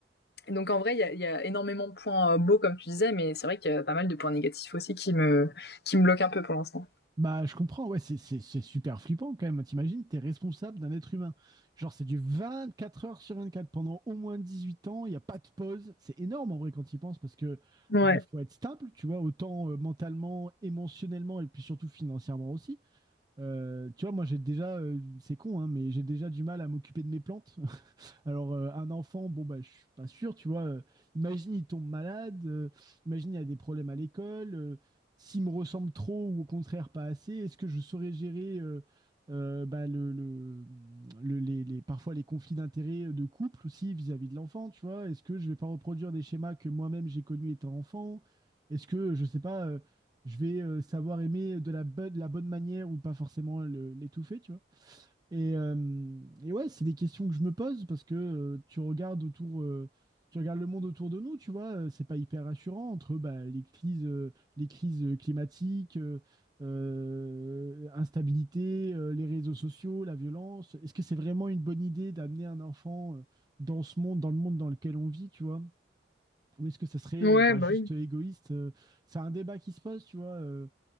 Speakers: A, on the left; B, on the right.
A: et donc en vrai il y a, il y a énormément de points euh, beaux comme tu disais mais c'est vrai qu'il y a pas mal de points négatifs aussi qui me qui me bloquent un peu pour l'instant
B: Bah, je comprends, ouais, c'est c'est- c'est super flippant quand même. T'imagines, t'es responsable d'un être humain. Genre, c'est du 24 heures sur 24 pendant au moins 18 ans, il n'y a pas de pause. C'est énorme en vrai quand tu y penses parce que
A: ouais
B: bah, faut être stable, tu vois, autant euh, mentalement, émotionnellement et puis surtout financièrement aussi. Euh, tu vois, moi j'ai déjà, euh, c'est con, hein, mais j'ai déjà du mal à m'occuper de mes plantes. Alors, euh, un enfant, bon, bah, je suis pas sûr, tu vois. euh, imagine, il tombe malade, euh, imagine, il a des problèmes à l'école, euh, s'il me ressemble trop ou au contraire pas assez, est-ce que je saurais gérer euh, euh, bah, le, le- le- les, les- parfois les conflits d'intérêts euh, de couple aussi vis-à-vis de l'enfant, tu vois? Est-ce que je vais pas reproduire des schémas que moi-même j'ai connus étant enfant? Est-ce que, je sais pas, euh, je vais euh, savoir aimer de la, bo- de la bonne manière ou pas forcément le- l'étouffer, tu vois? Et, euh, et ouais, c'est des questions que je me pose parce que euh, tu regardes autour, euh, tu regardes le monde autour de nous, tu vois, euh, c'est pas hyper rassurant entre bah, les crises, euh, les crises euh, climatiques, euh, euh, instabilité, euh, les réseaux sociaux, la violence. Est-ce que c'est vraiment une bonne idée d'amener un enfant euh, dans ce monde, dans le monde dans lequel on vit, tu vois? Ou est-ce que ça serait
A: ouais
B: euh, bah,
A: bah
B: juste
A: oui
B: égoïste? euh, C'est un débat qui se pose, tu vois. euh,